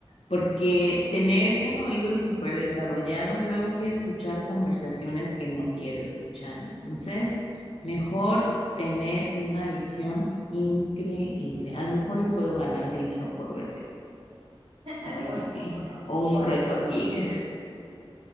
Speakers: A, on the left; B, on the right.
A: porque tener un oído súper desarrollado, luego voy a escuchar conversaciones que no quiero escuchar. Entonces, mejor tener una visión increíble. A lo mejor y puedo ganar dinero por verme
B: <laughs>
A: o algo
B: Buen
A: así,
B: punto, ¿no?
A: o
B: Tipo
A: un
B: iPhone,
A: récord
B: ¿no?
A: Guinness.